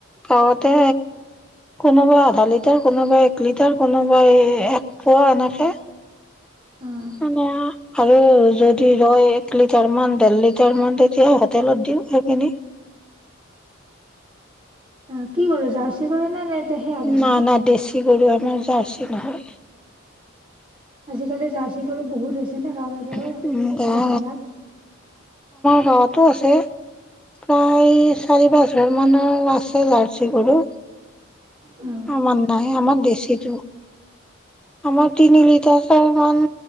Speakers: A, in the centre; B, on the right.
A: গাঁৱতে কোনোবা আধা লিটাৰ কোনোবা এক লিটাৰ কোনোবাই এক পোৱা এনেকে
B: অ'
A: মানে আৰু যদি ৰয় এক লিটাৰ মান দেৰ লিটাৰ মান তেতিয়া হোটেলত দিও সেইখিনি
B: অ কি <inaudible> নে সেয়া কৰো
A: নাই না দেছি গৰু আমাৰ জাৰ্চি <unintelligible> নহয়
B: আজিকালি জাৰ্চী গৰু বহুত হৈছে ন গাঁৱে-গাঁৱে
A: গাঁৱৰ
B: বেছিভাগ,
A: গাওঁতো আছে, প্ৰায় চাৰি পাঁচঘাৰ মানৰ আছে জাৰ্চি গৰু।
B: অ
A: আমাৰ নাই আমাৰ দেচিটো আমাৰ তিনি লিটাৰ মান